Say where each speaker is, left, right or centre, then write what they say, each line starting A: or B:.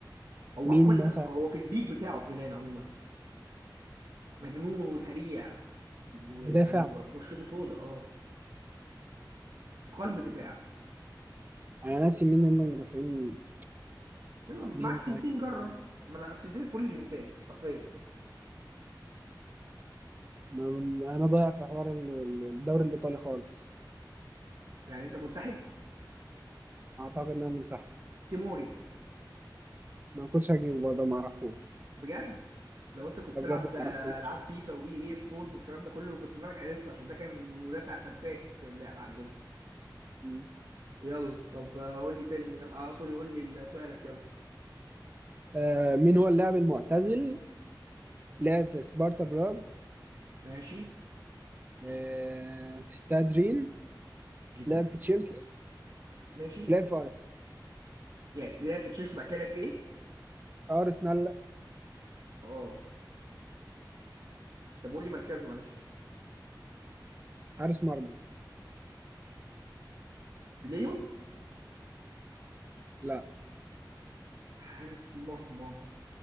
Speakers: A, on the right (about 60°); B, on the right (about 25°).
A: هو
B: مين
A: عموما
B: مثلا
A: هو في البيك بتاعه في ميلان عموما مجنون وسريع ويعني
B: مدافع
A: بشرته سودا اه قلب دفاع
B: أنا ناسي مين هم المدافعين
A: يلا معاك
B: مين طيب
A: هنتين جرب ما انا اصل دي كل الهنتات حرفيا
B: ما- أنا ضايع في حوار ال- ال- الدوري الإيطالي خالص
A: يعني انت منسحب
B: أعتقد إن أنا منسحب
A: تيموري
B: ما كنتش هجيبه برضه ما أعرفوش
A: بجد لو انت كنت
B: ده
A: بتلعب
B: بجد ما
A: آه،
B: أعرفوش
A: العاب فيفا واي اي سبورت والكلام ده كله كنت زمانك عرفته عشان ده كان مدافع فتاك في اللعب عندنا
B: م.
A: يلا طب آه، قول لي فيلم يلا اه سوري قول لي سؤالك يلا
B: آه مين هو اللاعب المعتزل لعب في سبارتا براغ
A: ماشي
B: آه في استاد رين
A: ايه ده
B: لعب في تشيلسي
A: ماشي
B: لعب في أر-
A: يعني لعب في تشيلسي بعد كده لعب في ايه
B: ارسنال لا
A: اه طب قول لي مركزه معلش
B: حارس مرمى
A: ليون
B: لا
A: حارس مرمى